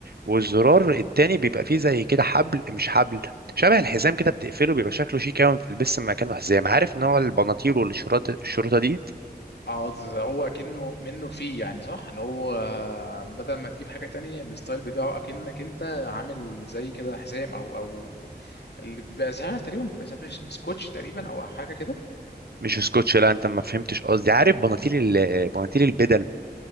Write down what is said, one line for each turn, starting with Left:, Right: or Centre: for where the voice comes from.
Right: والزرار التاني بيبقى فيه زي كده حبل مش حبل شبه الحزام كده بتقفله بيبقى شكله شيك أوي بتلبس مكانه حزام عارف نوع البناطيل والشرطة الشرطة دي
Left: اه ده هو اكنه منه فيه يعني صح اللي هو آه، بدل ما تجيب حاجه تانية الستايل بتاعه اكنك انت عامل زي كده حزام او او اللي بيبقى ساعات تقريبا بيبقى ساعات سكوتش تقريبا او حاجه كده
Right: مش سكوتش لا أنت ما فهمتش قصدي عارف بناطيل ال- بناطيل البدل